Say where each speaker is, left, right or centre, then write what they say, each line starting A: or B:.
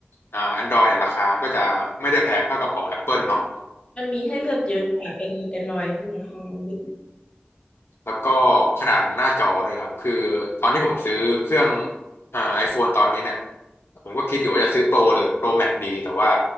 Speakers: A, on the left (about 75°); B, on the left (about 30°).
A: อ่า Android เนี่ยราคาก็จะไม่ได้แพงเท่ากับของ Apple เนาะ
B: มันมีให้เลือกเยอะค่ะเอ็นเอ็นรอยราคาลึก
A: แล้วก็ขนาดของหน้าจอด้วยครับคือตอนที่ผมซื้อเครื่องอ่าไอโฟนตอนนี้เนี่ยผมก็คิดอยู่ว่าจะซื้อโปรหรือโปรแม็กดีแต่ว่า